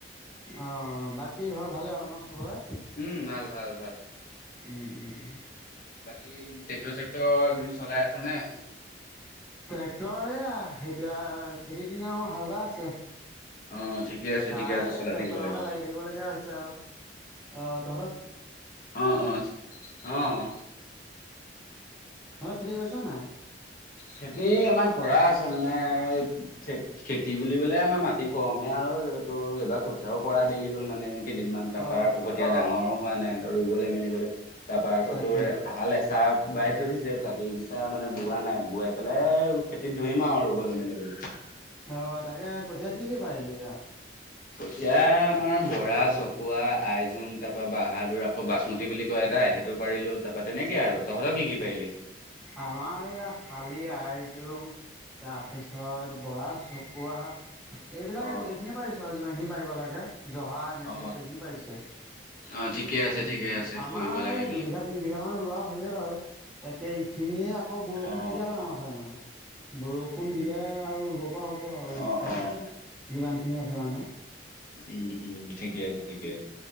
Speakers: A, in the centre; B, on the left.
A: অ' অ বাকী ঘৰ ভালে আৰু ন? চবৰে?
B: উম ভাল, ভাল, ভাল।
A: ওম ওম ওম
B: বাকী ট্ৰেক্টৰ-চেক্টৰ এই কেই দিন চলাই আছ নে?
A: ট্ৰেক্টৰে এতিয়া খেতিৰ দিনা হাল বাই আছে।
B: অ ঠিকে আছে
A: তাই
B: ঠিকে আছে চলাই
A: ট্ৰেক্টৰ
B: থাকিব
A: লগতে
B: লাগে।
A: লাগি থাকিব লগগীয়া হৈছে আৰু। অ, তহঁতৰ
B: অ, অ, অ।
A: তহঁতি খেতি কৰিছ নাই?
B: খেতি আমাৰ কৰা আছে মানে ই খেতি বুলিবলে, আমাৰ মাটি কমহে আৰু এইটো, এবাৰ কঠিয়াও পৰা দেৰি হ'ল মানে। কেইদিনমান তাৰপৰা,
A: অ
B: কুকটীয়া ডাঙৰো হোৱা নাই ৰুবলৈ মেলিবলে। তাৰপৰা, আকৌ
A: তাকে
B: তোৰ হাল এচাহ বাই থৈ দিছে, বাকীচা মানে বোৱা নাই। বোৱাই পেলাই খেতিত ধৰিম আৰু ৰুবলৈ মেলিবলৈ।
A: অ'! তাকে, কঠিয়া কি কি পাৰিলি?
B: কঠিয়া আমাৰ বৰা, চকুৱা, আইজোং তাৰপৰা বাহাদুৰ আকৌ বাচমতি বুলি কয়। তাই সেইটো পাৰিলোঁ, তাৰাপা তেনেকে আৰু। তহঁতৰ কি কি পাৰিলি?
A: আমাৰ এইয়া শালি, আইজোং তাৰপিছত, বৰা চকোৱা। এইবিলাকে
B: অ
A: গোটেই খিনিয়ে পাৰিছোঁ আৰু যিমান খিনি পাৰিব লাগে, জহা এনেকে
B: অ
A: গোটেই খিনি পাৰিছে। উম,
B: অ ঠিকে আছে ঠিকে আছে
A: আমাৰ
B: কৰিব লাগে
A: এই
B: এইবিলাক
A: দুবিঘা, তিনি বিঘা মান ৰোৱা হ'লেই বাৰু। তাকে, এইখিনিয়ে আকৌ বৰষুণ
B: অ
A: নিদিয়া হ'ল আমাৰ ফালে মানে। বৰষুণ দিলে আৰু ৰুব পৰা হ'ব আৰু
B: অ অ
A: যিমান খিনি আছে মানে।
B: উম, উম, ঠিকে আছে, ঠিকে আছে।